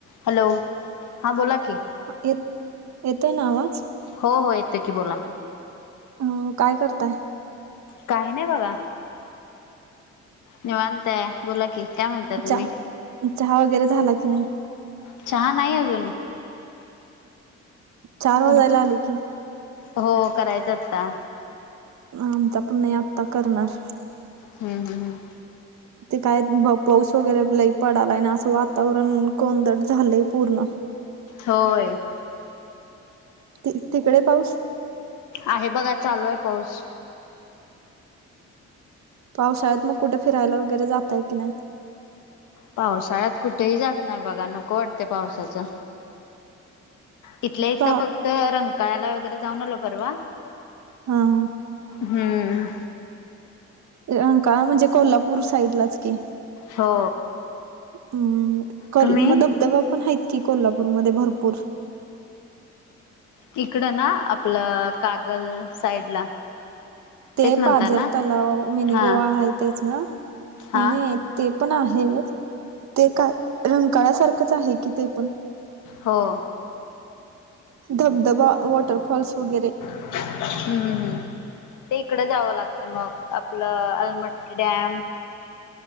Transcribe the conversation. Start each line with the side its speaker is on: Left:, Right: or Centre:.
Left: हॅलो! हा बोला की.
Right: येत येतोय ना आवाज?
Left: हो हो येतं की बोला.
Right: हम्म, काय करताय?
Left: काही नाही बघा, निवांतय बोला की, काय म्हणताय तुम्ही?
Right: चहा चहा वगैरे झाला की नाही?
Left: चहा नाही अजून.
Right: चार वाजायला
Left: तुमचा,?,
Right: आले की
Left: हो करायचं आत्ता.
Right: आमचा पण नाही, आत्ता करणार.
Left: हम्म हम्म हम्म.
Right: ते काय पाऊस वगैरे लय पडालाय ना, असं वातावरण कोंदट झालंय पूर्ण.
Left: होय.
Right: ति तिकडे पाऊस?
Left: आहे बघा चालू आहे पाऊस.
Right: पावसाळ्यात मग कुठे फिरायला वगैरे जाताय की नाही?
Left: पावसाळ्यात कुठेही जात नाही बघा, नको वाटतय पावसाचं. इथल्या इथं
Right: पहा
Left: फक्त रंकाळला वगैरे जाऊन आलो परवा.
Right: हा‌.
Left: हम्म.
Right: रंकाळा म्हणजे कोल्हापूर साईडलाच की.
Left: हो
Right: हम्म कल
Left: तुम्ही
Right: म धबधबा पण हाईत की कोल्हापूरमध्ये भरपूर.
Left: तिकडं ना आपलं, कागल साईडला.
Right: ते
Left: तेच म्हणता
Right: पाझर
Left: ना
Right: तलाव, मिनी
Left: हां
Right: गोवा आहे तेच ना,
Left: हां
Right: नाही नाही ते पण आहेच, ते काय रंकाळसारखंच आहे की ते पण.
Left: हो
Right: धबधबा, वॉटरफॉल्स वगैरे.
Left: हम्म हम्म हम्म. ते इकडं जावं लागतंय मग, आपलं आलमट्टी डॅम